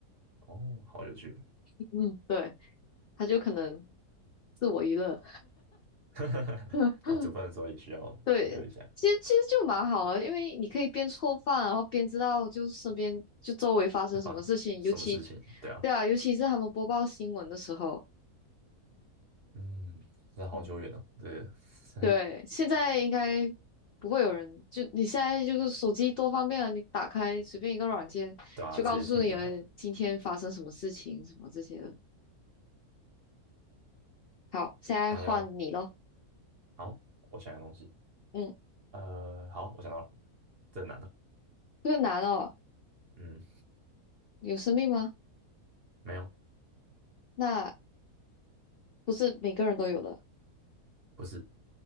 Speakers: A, on the right (about 50°); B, on the left (about 70°).
A: 哦，好有趣，
B: <laughs> 嗯，对，她就可能自我娱乐。
A: <laughs>
B: <laughs>
A: 到煮饭的时候也需要娱乐一下。
B: 对，其实其实就蛮好的，因为你可以边做饭，然后边知道就身边就周围发生什么事情，
A: 在发什么事情？
B: 尤其，
A: 对啊，
B: 对啊，尤其是他们播报新闻的时候，
A: 嗯，这好久远哦，
B: 嗯，
A: 对，<laughs> 个
B: 对，现在应该不会有人，就你现在就是手机多方便啊，你打开随便一个软件，
A: 对啊，
B: 就告诉你了今天发生什么事情，
A: 直接听就好了。
B: 什么这些的。好，现在换你咯，
A: 那要好，我想一个东西，
B: 嗯，
A: 呃，好，我想到了，这难的，
B: 这个难哦，
A: 嗯，
B: 有生命吗？
A: 没有，
B: 那不是每个人都有的，
A: 不是，